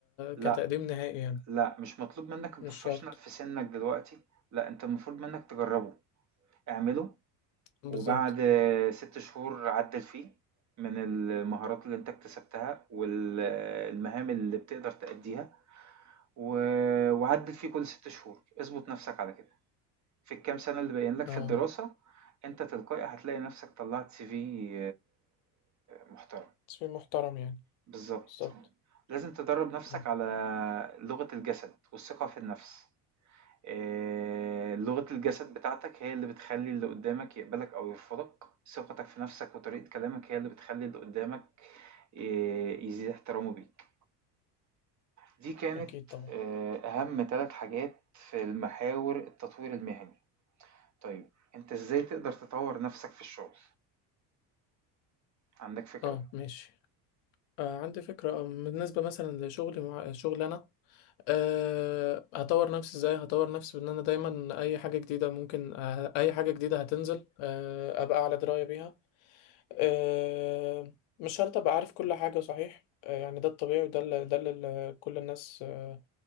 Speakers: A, on the right; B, on the left.
A: لأ،
B: كتقديم نهائي يعني
A: لأ، مش مطلوب منّك الprofessional
B: مش شرط
A: في سِنّك دلوقتي، لأ، أنت المفروض منّك تجرّبه، اعمله
B: بالظبط
A: وبعد 6 شهور عدّل فيه من المهارات اللي أنت اكتسبتها وال المهام اللي بتقدر تأدّيها و وعدّل فيه كل 6 شهور، اضبط نَفْسك على كده. في الكام سَنة اللي باقيين لك
B: اه
A: في الدراسة، أنت تلقائي هتلاقي نَفْسك طلّعت CV محترم.
B: تصميم محترم يعني
A: بالضبط.
B: بالظبط
A: لازم تدرّب نَفْسك
B: م،
A: على لغة الجسد والثقة في النَفْس. آآ لغة الجسد بتاعتك هي اللي بتخلّي اللي قُدّامك يقبلك أو يرفضك، ثقتك في نَفْسك وطريقة كلامك هي اللي بتخلّي اللي قُدّامك آآ يزيد احترامه بيك. دي كانت
B: أكيد طبعا
A: آآ أهم 3 حاجات في المحاور التطوير المهني. طيب أنت إزاي تقدر تطوّر نَفْسك في الشغل، عندك فكرة؟
B: اه ماشي آه عندي فكرة آه، بالنسبة مثلا لشغلي مع شغل انا آه هطور نفسي ازاي هطور نفسي بان انا دايما اي حاجة جديدة ممكن آه اي حاجة جديدة هتنزل آه ابقى على دراية بيها آه مش شرط ابقى عارف كل حاجة صحيح آه يعني ده الطبيعي وده اللي ده اللي كل الناس آه